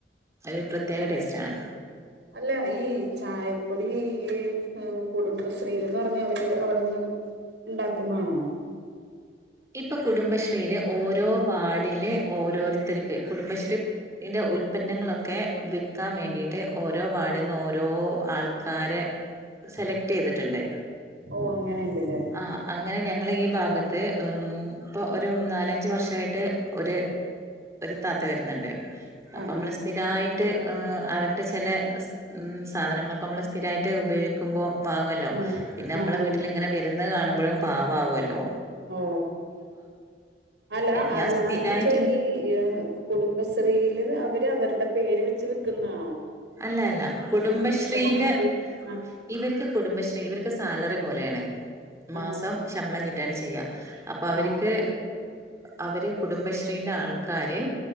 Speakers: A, on the right; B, on the right.
A: ഒരു പ്രത്യേക ടേസ്റ്റ് ആണ്
B: അല്ല ഈ ചായപ്പൊടി ഈ കുടുംബശ്രീൽന്ന് പറഞ്ഞ അവര് അവിടെന്ന് ഉണ്ടാക്കുന്നതാണോ
A: ഇപ്പൊ കുടുംബശ്രീയില് ഓരോ വാടില് ഓരോരുത്തർക്ക് കുടുംബശ്രീ ന്റെ ഉൽപന്നങ്ങളൊക്കെ വിൽക്കാൻ വേണ്ടിയിട്ട് ഓരോ ഓരോ വാർഡിൽന്ന് ഓരോ ആൾക്കാരെ സെലക്ട് ചെയ്തിട്ടുണ്ട്
B: ഓഹ് അങ്ങനെയുണ്ടല്ലേ
A: ആ അങ്ങനെ ഞങ്ങളെ ഈ ഭാഗത്ത് ഇപ്പൊ ഒരു നാലഞ്ച് വർഷമായിട്ട് ഒരു ഒരു ത്താത്ത വരുന്നുണ്ട് അപ്പൊ
B: ആഹ്
A: നമ്മള്
B: ആഹ്
A: സ്ഥിരമായിട്ട് ട്ട് അവരുടെ ചില സാധനങ്ങളൊക്കെ നമ്മള് സ്ഥിരമായി ഉപയോഗിക്കുമ്പോ വാങ്ങല്ലോ
B: ആഹ് ആഹ്
A: പിന്നെ നമ്മളെ
B: ആഹ്
A: വീട്ടിലിങ്ങനെ
B: ആഹ്
A: വ എന്ന് കാണു എപ്പോഴും പാവാവുല്ലോ
B: ഓ അല്ല
A: ഞാൻ സ്ഥിരായിട്ട്
B: ഞാൻച്ചാ ഈ കുടുംബശ്രീയില് അവര് അവരുടെ പേര് വെച്ച് വിൽക്കുന്നതാണോ
A: അല്ല അല്ല കുടുംബശ്രീയില്
B: നമുക്ക് ആ
A: ഇവർക്ക് കുടുംബശ്രീ ഇവർക്ക് സാലറി പോലെയാണ്
B: ആ
A: മാസം ശമ്പളം കിട്ടുകാണ് ചെയ്യുക അപ്പൊ അവർക്ക്
B: ആ
A: അവര് കുടുംബശ്രീന്റെ ആൾക്കാര്